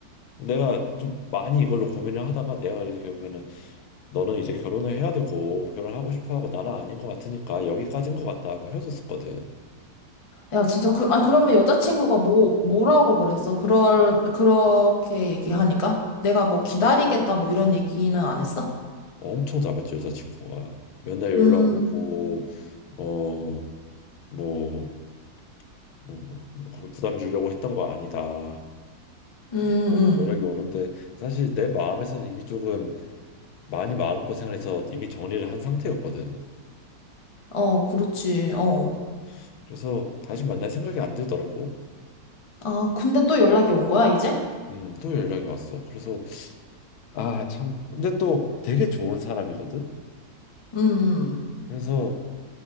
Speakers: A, on the left; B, on the left.
A: 내가 좀 많이 이걸로 고민을 하다가 내가 그래서 결국에는 너는 이제 결혼을 해야 되고 결혼하고 싶어 하고 나는 아닌 것 같으니까 여기까지인 것 같다 하고 헤어졌었거든.
B: 야, 진짜 그, 아니, 그러면 여자친구가 뭐, 뭐라고 그랬어? 그럴, 그렇게 얘기하니까? 내가 뭐 기다리겠다, 뭐 이런 얘기는 안 했어?
A: 엄청 잡았지 여자친구가. 맨날 연락
B: 음,
A: 오고 어뭐 뭐, 뭐, 뭐 그런 부담 주려고 했던 거 아니다.
B: 음, 음.
A: 이렇게 연락이 오는데 사실 내 마음에서는 이미 조금 많이 마음고생을 해서 이미 정리를 한 상태였거든.
B: 어, 그렇지, 어.
A: 음. 그래서 다시 만날 생각이 안 들더라고.
B: 아, 근데 또 연락이 온 거야, 이제?
A: 음, 또 연락이 왔어. 그래서 아, 참. 근데 또 되게 좋은 사람이거든.
B: 음, 음.
A: 그래서